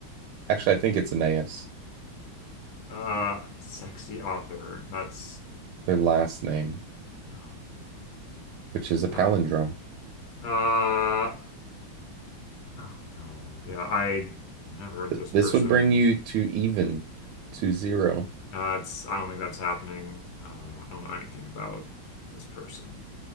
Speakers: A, on the right; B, on the left.
A: Actually, I think it's Aeneas.
B: <laughs> uh, sexy author. That's
A: their last name,
B: um,
A: which is a palindrome.
B: uh, uh, oh no. Yeah, I never heard of this
A: This
B: person.
A: would bring you to even to zero.
B: Uh, it's I don't think that's happening. Uh, I don't know anything about this person.